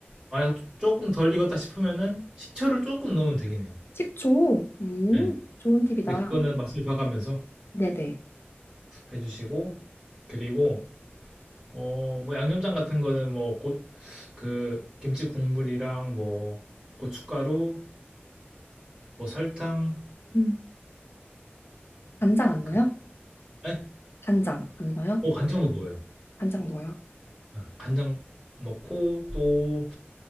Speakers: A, on the right; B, on the left.
A: 만약 조금 덜 익었다 싶으면은 식초를 조금 넣으면 되긴 해요.
B: 식초. 음,
A: 네.
B: 좋은 팁이다.
A: 근데 그거는 맛을 봐가면서
B: 네네.
A: 해주시고 그리고 어 뭐 양념장 같은 거는 뭐 곧 그 김치 국물이랑 뭐 고춧가루 뭐 설탕
B: 음, 간장 안 넣어요?
A: 그 에?
B: 간장 안 넣어요?
A: 어 간장도 넣어요.
B: 간장 넣어요.
A: 네, 간장 넣고 또